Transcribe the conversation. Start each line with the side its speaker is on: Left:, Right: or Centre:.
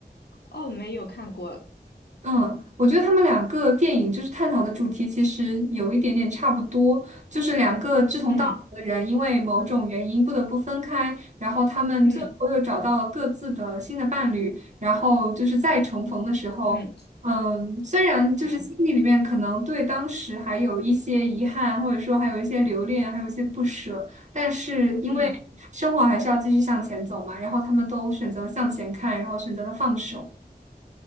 Left: 哦，没有看过。
Right: 嗯，我觉得他们两个电影就是探讨的主题其实有一点点差不多，就是两个志同道合的人因为某种原因不得不分开，
Left: 嗯
Right: 然后他们最后又找到了各自的新的伴侣，
Left: 嗯
Right: 然后就是再重逢的时候，
Left: 嗯
Right: 嗯，虽然就是心里里面可能对当时还有一些遗憾，
Left: 嗯
Right: 或者说还有一些留恋，还有一些不舍，但是因为生活还是要继续向前走嘛，
Left: 嗯，
Right: 然后他们都选择了向前看，然后选择了放手。